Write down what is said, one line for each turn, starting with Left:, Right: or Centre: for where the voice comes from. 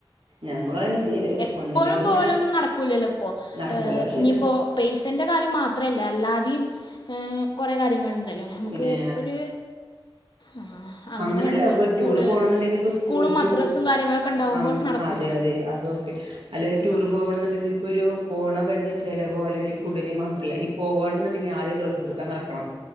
Right: ഞങ്ങളും അതന്നെ
Left: ഉം
Right: ചെയ്യല്
Left: എപ്പോഴും
Right: ഒന്നില്ലെങ്കി
Left: പോവലൊന്നും
Right: ഇങ്ങനെ
Left: നടക്കൂലല്ലോ. പ്പോ
Right: നടക്കൂല
Left: ഏഹ്
Right: അത് ശരിയാണ്
Left: ഇനിയിപ്പോ പൈസേൻ്റെ കാര്യം മാത്രല്ല അല്ലാതീം ഏഹ് കുറെ കാര്യങ്ങളുണ്ടല്ലോ നമുക്ക്
Right: പിന്നെ
Left: ഒരു ആഹ് അങ്ങനെ
Right: അങ്ങനെല്ല
Left: നടക്കും
Right: ഇപ്പ ഒരു
Left: സ്കൂള്
Right: ടൂറ് പോണംന്നുണ്ടെങ്കി ഇപ്പോ സ്
Left: സ്കൂളും
Right: തോറ്റു
Left: മദ്രസും കാര്യങ്ങളൊക്കെ ഉണ്ടാകുമ്പോൾ
Right: അങ്
Left: നടക്കൂല
Right: അതെ അതെ അതോക്കെ അല്ലേ ടൂർ
Left: ഉം
Right: പോണൻ ന്ന്ണ്ടെങ്കെ ഇപ്പൊരു പോണെ വെർണേ ചെലവോ അല്ലെങ്കിഒരു ഫുഡ്ഡിൻ്റെം മാത്രല്ല ഈ പോവണെന്ന്ണ്ടെങ്കിൽ ആദ്യം ഡ്രസ്സ് ട്ക്കാനടക്കണം